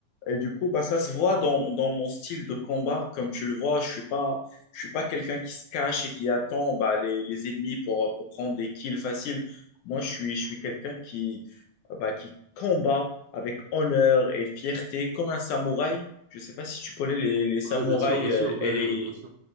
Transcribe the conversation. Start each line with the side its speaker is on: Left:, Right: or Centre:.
Left: Et du coup, bah, ça se voit dans, dans mon style de combat. Comme tu le vois, je suis pas, je suis pas quelqu'un qui se cache et qui attend bah, les, les ennemis pour, pour prendre des kills faciles. Moi, je suis, je suis quelqu'un qui, euh, bah, qui combat avec honneur et fierté, comme un samouraï. Je sais pas si tu connais les, les samouraïs
Right: Oui, bien sûr, bien
Left: euh,
Right: sûr, ben,
Left: et
Right: euh,
Left: les,
Right: bien, sûr,